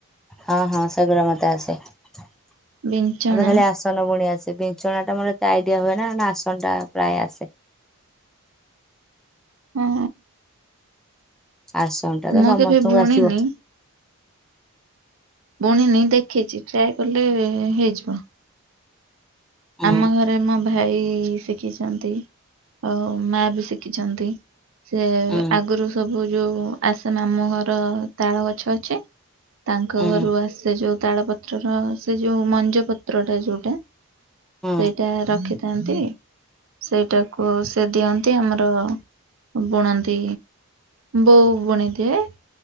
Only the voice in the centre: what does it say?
ହଁ ହଁ ସେ ଗୁଡା ମତେ ଆସେ ମତେ
ଖାଲି ଆସ ଆସନ ବୁଣି ଆସେ ବିଛଣା ଟା ମୋର ଏତେ ଆଇଡିଆ ହୁଏ ନା ନା ଆସନ ଟା ପ୍ରାୟ ଆସେ।
ଆସନଟା ତ
ସମସ୍ତଙ୍କୁ
ଆସିବ।
ହୁଁ
ହୁଁ
ହୁଁ
ହୁଁ।